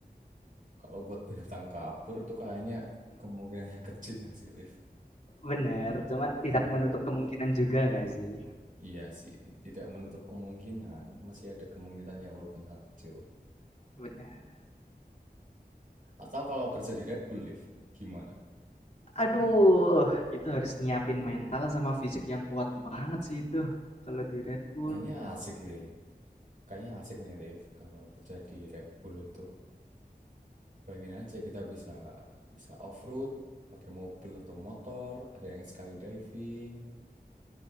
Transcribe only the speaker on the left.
Bener, cuman
tidak menutup kemungkinan juga nggak sih?
Bener.
Aduh, itu harus nyiapin mental sama fisik yang kuat banget sih itu kalau di Red Bull.